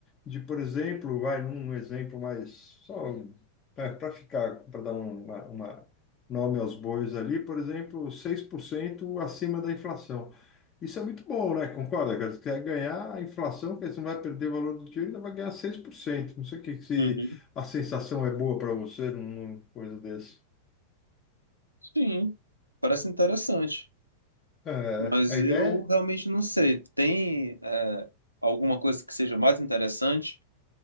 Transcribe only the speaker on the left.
de, por exemplo, vai num exemplo mais só para ficar, para dar um, uma, uma nome aos bois ali, por exemplo, 6% acima da inflação. Isso é muito bom, né? Concorda, cara? Você quer ganhar a inflação, quer dizer, você não vai perder o valor do dinheiro, ainda vai ganhar seis por cento Não sei o que que se
a sensação é boa para você numa coisa desse.
É,
a
ideia é